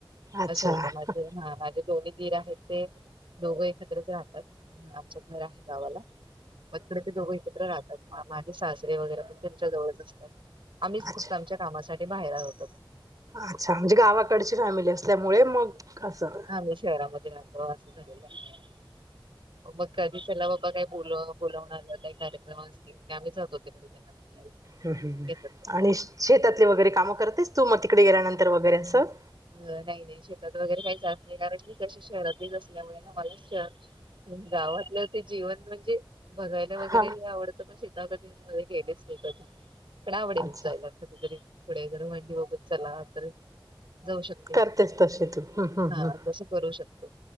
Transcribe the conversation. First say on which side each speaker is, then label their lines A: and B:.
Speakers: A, on the right; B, on the right.
A: अच्छा
B: असं होतं
A: हं.
B: माझे हा माझे दोन्ही दिर आहेत ते दोघं एकत्रच राहतात आमच्या घर आहे गावाला. मगकडे ते दोघ एकत्र राहतात माझे सासरे वगैरे पण त्यांच्या जवळच असतात. आम्हीच
A: अच्छा
B: फूपत आमच्या कामासाठी बाहेर आहोतो.
A: अच्छा म्हणजे गावाकडची फॅमिली असल्यामुळे मग असं
B: आम्ही शहरामध्ये राहतो असं झालेला आहे. मग कधी चला बाबा काय बोल बोलावणार आ काही कार्यक्रम असतील क आम्ही जाते तिकडे त्यांना.
A: ह
B: येतात
A: हआणि शेतातले वगैरे कामं करतेस तू मग तिकडे गेल्यानंतर वगैरे असं.
B: अ नाही नाही शेतात वगैरे काहीच नाही कारण मी इकडचे शहरातलेच असल्यामुळे ना मला शहरची गावातलं ते जीवन म्हणजे. बघायला वगैरे
A: हा
B: हे आवडतं पण शेता कधी मध्ये गेलेच नाही कधी. पण आवडेल
A: अच्छा
B: जायला कधीतरी पुढे जर मांडी बघत चला तर जाऊ शकते
A: करतेच तसे तू हम्म हम्म
B: हा
A: हम्म
B: तस करू शकतो.